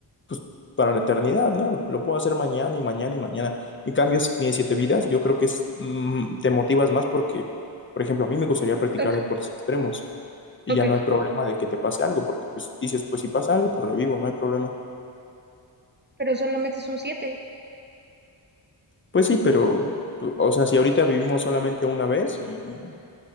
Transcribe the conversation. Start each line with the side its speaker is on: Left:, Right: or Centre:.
Left: pues, para la eternidad, ¿no? Lo, lo puedo hacer mañana y mañana y mañana. En cambio, si tienes siete vidas, yo creo que es, mm, te motivas más porque, por ejemplo, a mí me gustaría practicar
Right: Ah,
Left: deportes extremos y
Right: Ok,
Left: ya no hay problema de que te pase algo, porque pues dices, pues si pasa algo, pues revivo, no hay problema.
Right: pero solamente son siete.
Left: Pues sí, pero, pues, o sea, si ahorita vivimos solamente una vez y, y-